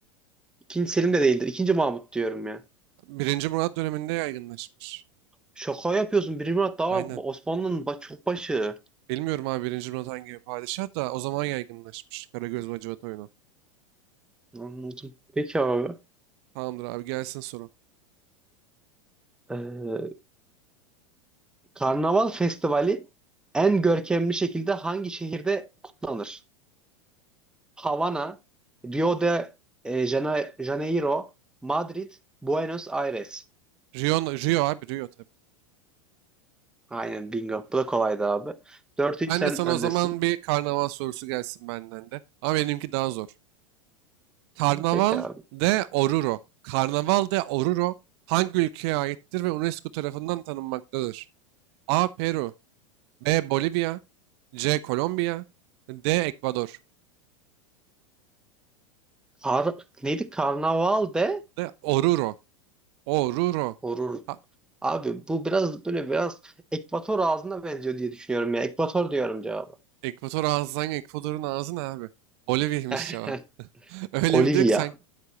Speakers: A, in the centre; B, on the right (about 55°).
A: ikinci Selim de değildir. İkinci Mahmut diyorum ya.
B: Birinci Murat döneminde yaygınlaşmış.
A: Şaka yapıyorsun. Birinci Murat daha
B: Aynen.
A: Osmanlı'nın ba- çok başı.
B: Bilmiyorum abi Birinci Murat hangi padişah da o zaman yaygınlaşmış Karagöz ve Hacivat oyunu.
A: Anladım. Peki abi.
B: Tamamdır abi gelsin soru.
A: E, Karnaval Festivali en görkemli şekilde hangi şehirde kutlanır? Havana, Rio de e, Jana- Janeiro, Madrid, Buenos Aires.
B: Rio, Rio abi Rio tabii.
A: Aynen bingo. Bu da kolaydı abi. Dört üç
B: Ben
A: sen
B: de sana
A: öndesin.
B: o zaman bir karnaval sorusu gelsin benden de. Ama benimki daha zor. Karnaval
A: Peki abi.
B: de Oruro. Karnaval de Oruro hangi ülkeye aittir ve UNESCO tarafından tanınmaktadır? A. Peru B. Bolivya C. Kolombiya D. Ekvador
A: Kar, neydi? Karnaval de
B: D. Oruro. Oruro.
A: horur.
B: Ha,
A: Abi bu biraz böyle biraz Ekvator ağzına benziyor diye düşünüyorum ya. Ekvator diyorum cevabı.
B: Ekvator ağzı hangi? Ekvador'un ağzı ne abi? Bolivya'ymış
A: <laughs>
B: cevap. <laughs> Öyle
A: Olivia.
B: bir diyor ki sen...